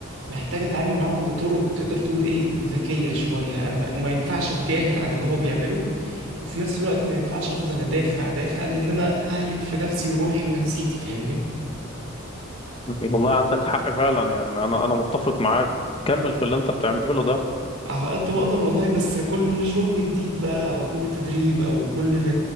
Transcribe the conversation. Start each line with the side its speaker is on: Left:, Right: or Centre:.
Right: محتاج اتعامل معاهم بطرق تقدر تقول ايه ذكية شوية انا ما ما ينفعش اتجاهل عن اللي هو بيعمله وفي نفس الوقت ما ينفعش افضل ادافع ادافع لان انا ههلك في نفسي وروحي ونفسيتي فاهمني
Left: والله عندك حق فعلا يعني انا انا متفق معاك كمل في اللي انت بتعمله ده
Right: على قد ما اقدر والله بس كل شغل جديد بقى او كل تدريب او كل